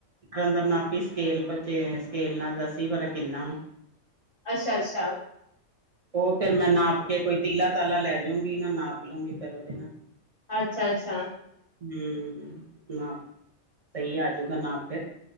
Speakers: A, on the right; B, on the left.
A: ਅੰਦਰ ਨਾਪੀ ਸਕੇਲ ਪਰਚ ਸਕੇਲ ਨਾਲ ਦਸੀ ਭਲਾ ਕਿੰਨਾ ਵਾ।
B: ਅੱਛਾ ਅੱਛਾ।
A: ਉਹ ਫੇਰ ਮੈਂ ਨਾਪ ਕੇ ਕੋਈ ਤੀਲਾ ਤਾਲਾ ਲੈ ਜਾਊਂਗੀ ਨਾ ਨਾਪ ਲਊਗੀ ਫਿਰ ਉਹਦੇ ਨਾਲ।
B: ਅੱਛਾ-ਅੱਛਾ,
A: ਹਮ ਨਾਪ ਸਹੀ ਆਜੂਗਾ ਨਾਪ ਤੇ